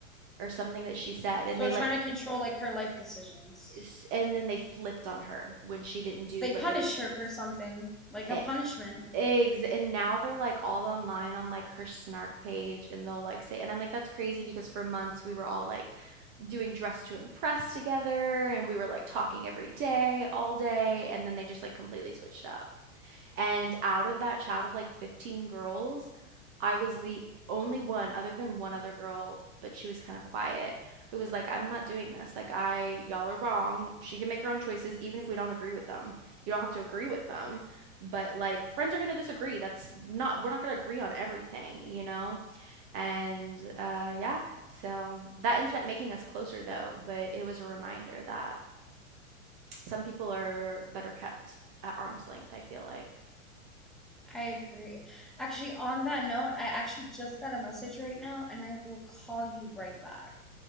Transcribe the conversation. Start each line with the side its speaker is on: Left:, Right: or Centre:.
Right: or something that she said,
Centre: So
Right: and they,
Centre: they're
Right: like,
Centre: trying to control like her life decisions.
Right: s- and then they flipped on her when she didn't do
Centre: So they
Right: what
Centre: punished
Right: they
Centre: her for something, like
Right: wanted.
Centre: a punishment.
Right: Eggs, and now they're like all online on like her snark page, and they'll like say, and I'm like, that's crazy because for months we were all like doing dress to impress together, and we were like talking every day, all day, and then they just like completely switched up. And out of that chat of like 15 girls, I was the only one, other than one other girl, but she was kind of quiet, who was like, I'm not doing this. Like, I, y'all are wrong. She can make her own choices, even if we don't agree with them. You don't have to agree with them. But like, friends are going to disagree. That's not, we're not going to agree on everything, you know? And uh, yeah, so that ended up making us closer though, but it was a reminder that some people are better kept at arm's length, I feel like.
Centre: I agree. Actually, on that note, I actually just got a message right now and I will call you right back.